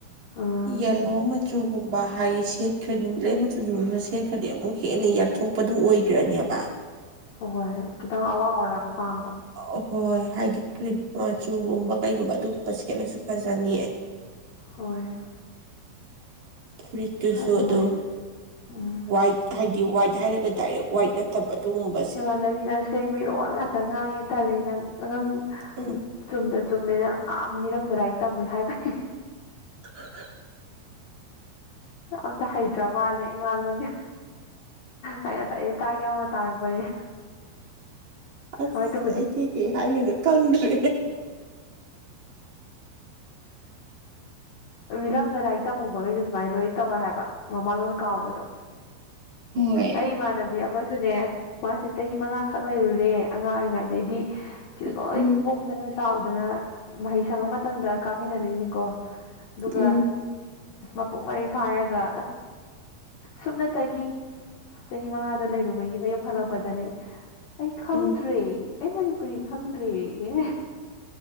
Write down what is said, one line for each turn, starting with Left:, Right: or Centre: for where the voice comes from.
Left: ꯑꯥ
Right: ꯌꯦ꯫ ꯄꯂꯣ ꯃꯆꯨꯒꯨꯝꯕ ꯍꯥꯏ ꯁꯦꯠꯈ꯭ꯔꯗꯤ ꯃꯤꯠꯂꯩ ꯃꯆꯨꯗꯨꯒꯨꯝꯕꯅ ꯁꯦꯠꯈ꯭ꯔꯗꯤ ꯑꯃꯨꯛ ꯍꯦꯟꯅ ꯌꯥꯛꯊꯣꯛ꯫ ꯄꯗꯨ ꯑꯣꯏꯈ꯭ꯔꯅꯦꯕ꯫
Left: ꯍꯣꯏ ꯈꯤꯇꯪ ꯑꯉꯧ ꯑꯔꯥꯛ ꯄꯥꯝꯕ꯫
Right: ꯑꯍꯣꯏ ꯍꯥꯏꯗꯤ ꯀ꯭ꯔꯤꯝ ꯃꯆꯨꯒꯨꯝꯕ ꯀꯩꯒꯨꯝꯕ ꯑꯗꯨꯒꯨꯝꯕ ꯁꯦꯠꯂꯁꯨ ꯐꯖꯅꯤꯌꯦ꯫
Left: ꯍꯣꯏ꯫
Right: ꯐꯨꯔꯤꯠꯇꯨꯁꯨ
Left: ꯍꯣꯏ ꯑꯗꯨꯃꯥꯏꯅ
Right: ꯑꯗꯨꯝ
Left: ꯎꯝ
Right: ꯋꯥꯏꯠ ꯍꯥꯏꯗꯤ ꯋꯥꯏꯠ ꯍꯥꯏꯔꯒ ꯗꯥꯏꯔꯦꯛ ꯋꯥꯏꯠꯅ꯫ ꯇꯄꯗꯨꯒꯨꯝꯕ꯫
Left: ꯏꯃꯥꯟꯅꯕꯤ ꯅꯪꯁꯦ ꯃꯤꯔꯣꯜ ꯉꯥꯛꯇ ꯉꯥꯡꯉꯦ ꯇꯜꯂꯦ ꯅꯪ ꯅꯪ꯫
Right: ꯎꯝ
Left: ꯆꯨꯝꯗ ꯆꯨꯝꯃꯦꯅ ꯑ ꯃꯤꯔꯝꯗ ꯂꯥꯏꯔꯤꯛ ꯇꯝꯃꯨ ꯍꯥꯏꯕꯅꯤ꯫
Right: ꯇ꯫
Left: ꯑꯝꯇ ꯍꯩꯇ꯭ꯔ ꯃꯥꯜꯂꯦ ꯏꯃꯥ ꯂꯣꯟꯒ꯫ ꯑꯩ ꯉꯁꯥꯏ ꯑꯇꯥꯥ ꯌꯥꯎꯅ ꯇꯥꯔꯛꯄꯅꯦ꯫
Right: ꯑꯁ
Left: ꯍꯣꯏ ꯑꯗꯨꯕꯨꯗꯤ
Right: ꯑꯩ ꯀꯩ ꯀꯩ ꯍꯥꯏꯕꯁꯨ ꯈꯪꯗ꯭ꯔꯦ꯫
Left: ꯃꯤꯔꯝꯗ ꯂꯥꯏꯔꯤꯛ꯫ ꯇꯝꯃꯨꯕꯈꯩꯗ ꯁꯨꯃꯥꯏꯅ ꯂꯣꯏꯅ ꯇꯧꯋꯦ ꯍꯥꯏꯕ ꯃꯃꯥꯂꯣꯟꯣꯟ ꯀꯥꯎꯕꯗꯣ꯫
Right: ꯎꯝ
Left: ꯑꯩ ꯏꯃꯥꯟꯅꯕꯤ ꯑꯃꯁꯨꯅꯦ ꯃꯥꯁꯦ ꯆꯍꯤ ꯃꯉꯥ꯫ ꯈꯛ ꯂꯩꯔꯨꯔꯦ ꯑꯉꯥꯡ ꯑꯣꯏꯔꯤꯉꯩꯗꯩꯗꯤ ꯁꯤꯗ
Right: ꯎꯝ
Left: ꯂꯣꯏ ꯄꯣꯛ ꯐꯛꯇꯅ ꯆꯥꯎꯗꯅ ꯃꯍꯩꯁꯪ ꯑꯃꯇꯗ ꯀꯥꯃꯤꯟꯅꯔꯛꯏꯅꯤꯀꯣ ꯑꯗꯨꯒ
Right: ꯎꯝ
Left: ꯃꯄꯨꯡ ꯃꯔꯩ ꯐꯥꯔꯒ ꯁꯨꯞꯅꯇꯒꯤ ꯆꯍꯤ ꯃꯉꯥꯗ ꯂꯩꯔꯨꯕꯒꯤ ꯃꯌꯨꯝ ꯍꯜꯂꯛꯄꯗꯅꯦ ꯑꯩ ꯈꯪꯗ꯭ꯔꯦ
Right: ꯎꯝ
Left: ꯑꯩ ꯃꯅꯤꯄꯨꯔꯤ ꯈꯪꯗ꯭ꯔꯦ ꯑꯦ